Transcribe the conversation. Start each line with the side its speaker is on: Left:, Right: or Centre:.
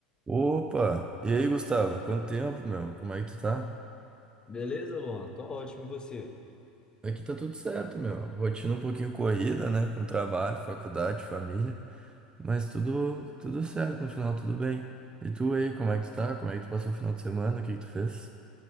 Right: Opa! E aí, Gustavo? Quanto tempo, meu? Como é que tu tá?
Left: Beleza, Luan? Tô ótimo, e você?
Right: Aqui tá tudo certo, meu. Rotina um pouquinho corrida, né? Com trabalho, faculdade, família. Mas tudo, tudo certo, no final tudo bem. E tu aí, como é que tu tá? Como é que tu passou o final de semana? O que que tu fez?